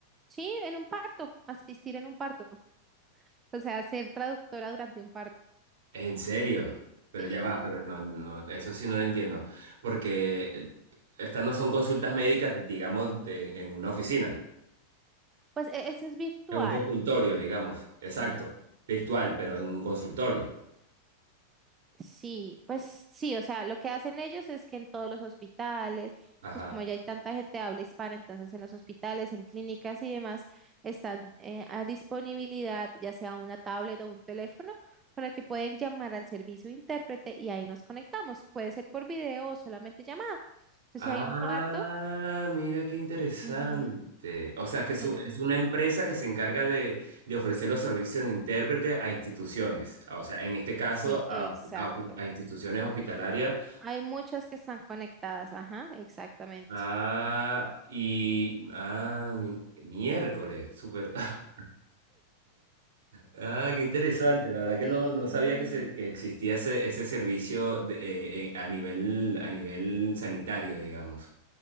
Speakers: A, on the right; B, on the right.
A: Sí, en un parto, asistir en un parto, o sea, ser traductora durante un parto.
B: ¿En serio? Pero
A: Y
B: ya va, pero no, no, eso sí no lo entiendo. Porque eh, estas no son consultas médicas, digamos, de- en una oficina.
A: pues e- eso es virtual,
B: Es un consultorio, digamos, exacto,
A: sí.
B: virtual, pero en un consultorio.
A: Sí, pues sí, o sea, lo que hacen ellos es que en todos los hospitales,
B: Ajá.
A: pues como ya hay tanta gente de habla hispana, entonces en los hospitales, en clínicas y demás, están eh, a disponibilidad ya sea una tablet o un teléfono para que pueden llamar al servicio de intérprete y ahí nos conectamos. Puede ser por video o solamente llamada. Entonces,
B: Ah,
A: si hay un parto,
B: mira qué interesante.
A: ujú,
B: O sea, que
A: pues
B: es
A: ellas
B: u- es
A: me-
B: una empresa que se encarga de, de ofrecer los servicios de intérprete a instituciones. Ah, O sea, en este caso,
A: Sí,
B: a,
A: exacto.
B: a- a instituciones hospitalarias.
A: Hay muchas que están conectadas, ajá, exactamente.
B: Ah, y, ah, mi- miércoles, súper. <laughs> Ah, qué interesante.
A: Sí.
B: La verdad que
A: Sí.
B: no, no sabía que, se- que existía ese, ese servicio de- eh, eh, a nivel, a nivel sanitario, digamos.